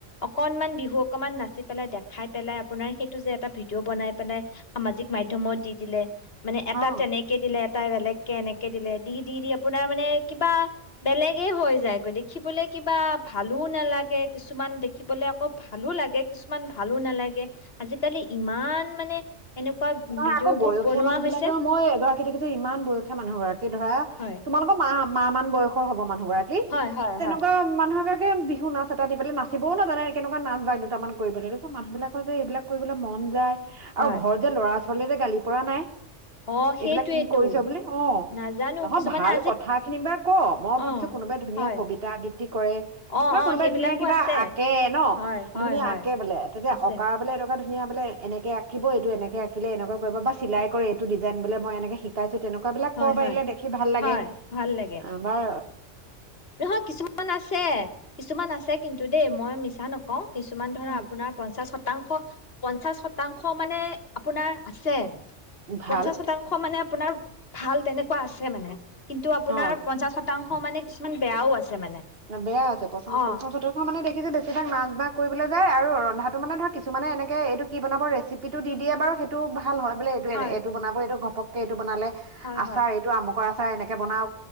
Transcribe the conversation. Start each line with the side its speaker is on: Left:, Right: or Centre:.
Left: অকনমান বিহু অকমান নাচি পেলাই দেখাই পেলাই আপোনাৰ সেইটো যে এটা ভিডিঅ' বনাই পেলাই সামাজিক মাধ্যমত দি দিলে। মানে এটা
Right: অ
Left: তেনেকে দিলে এটাই বেলেগ। কেনেকে। দিলে দি দি দি আপোনাৰ মানে কিবা বেলেগে হৈ যায়গৈ দেখিবলে কিবা ভালো নালাগে কিছুমান দেখিবলে আকৌ ভালো লাগে কিছুমান ভালো নালাগে আজিকালি ইমান মানে। এনেকুৱা
Right: নহয়
Left: ভিডিঅ'
Right: আকৌ
Left: বোৰ
Right: বয়সীয়া
Left: বনোৱা
Right: মানুহ
Left: হৈছে
Right: বিলাকেও মই এগৰাকী দেখিছো ইমান বয়সীয়া মানুহ গৰাকী। এই ধৰা
Left: হয়
Right: তোমালোকৰ মা। মা মান বয়সৰ হ'ব মানে। মানুহ গৰাকী
Left: হয় হয়
Right: তেনেকুৱা
Left: হয়
Right: মানুহক। বিহু নাচ এটা দি পেলাই নাচিবও নাজানে কেনেকুৱা নাচ বাগ দুটামান কৰিবলৈ তাৰপিছত মানুহ বিলাকৰ যে এইবিলাক কৰিবলৈ মন যায়।
Left: হয়
Right: আৰু ঘৰ যে ল'ৰা। পাছলে যে গালি পৰা নাই।
Left: অঁ
Right: এইবিলাক
Left: সেইটোৱেতো
Right: কি কৰিছ বোলে অ
Left: নাজানো
Right: নহয়
Left: কিছুমানে
Right: ভাল
Left: আজি
Right: কথা খিনি বা ক মই ভাবিছো
Left: অঁ
Right: কোনোবাই ধুনীয়া
Left: হয়
Right: কবিতা আবৃত্তি কৰে
Left: অঁ
Right: বা
Left: অঁ
Right: কোনোবাই
Left: সেইবিলাকো
Right: ধুনীয়া কিবা
Left: আছে
Right: আঁকে ন
Left: হয় হয়
Right: ধুনীয়া
Left: হয়
Right: আঁকে বোলে তেতিয়া
Left: আছে
Right: অকাৰ বোলে। ধুনীয়া বোলে এনেকে আঁকিব এইটো এনেকে আঁকিব। শিকিলে এনেকুৱা কৰিব বা চিলাই কৰে এইটো ডিজাইন বুলে মই এনেকৈ শিকাইছোঁ। তেনেকুৱা বিলাক
Left: হয়
Right: কৰ পাৰিলে
Left: হয়
Right: দেখি ভাল লাগে
Left: হয় ভাল লাগে
Right: আমাৰ।
Left: নহয় কিছুমান আছে কিছুমান আছে কিন্তু দেই মই মিছা নকওঁ কিছু কিছুমান ধৰা
Right: উম,
Left: আপোনাৰ পঞ্চাশত শতাংশ পঞ্চাশ শতাংশ মানে আপোনাৰ আছে
Right: ভাল
Left: পঞ্চাশ শতাংশ মানে আপোনাৰ ভাল তেনেকুৱা আছে মানে কিন্তু আপোনাৰ
Right: অ
Left: পঞ্চাশ শতাংশ, অ মানে কিছুমান বেয়াও আছে। মানে
Right: বেয়া আছে পঞ্চা
Left: অঁ
Right: পঞ্চাচ শতাংশ মানে দেখিছে বেছিভাগ নাচ বাগ কৰিবলৈ আৰু ৰন্ধাটো মানে ধৰক কিছুমানে এনেকে এইটো কি বনাব ৰেচিপিটো দি, দিয়ে বাৰু সেইটো ভাল হয় বোলে এইটো
Left: হয়
Right: এইটো বনাব এইটো ঘ পকে এইটোবনালে
Left: হয়
Right: আচাৰ
Left: হয়
Right: এইটো আমুকৰ আচাৰ। তাই এনেকে বনাও